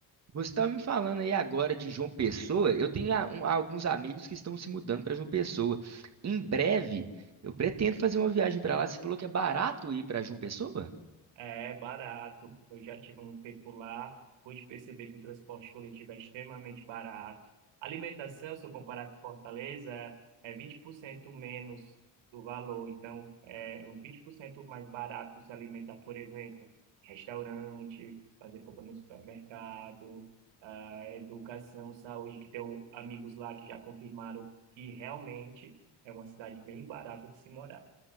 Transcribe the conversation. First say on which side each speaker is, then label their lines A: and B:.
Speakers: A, on the right (about 35°); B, on the right (about 75°).
A: Você estava me falando aí agora de João Pessoa, eu tenho a- um- alguns amigos que estão se mudando para João Pessoa. Em breve, eu pretendo fazer uma viagem para lá. Você falou que é barato ir para João Pessoa?
B: É barato. Eu já tive um tempo lá, pude perceber que o transporte coletivo é extremamente barato. Alimentação, se eu comparar com Fortaleza, é 20% menos do valor. Então, é uns 20% mais barato se alimentar, por exemplo, em restaurante, fazer compra no supermercado, ah, educação, saúde, que tenho amigos lá que já confirmaram que realmente é uma cidade bem barata de se morar.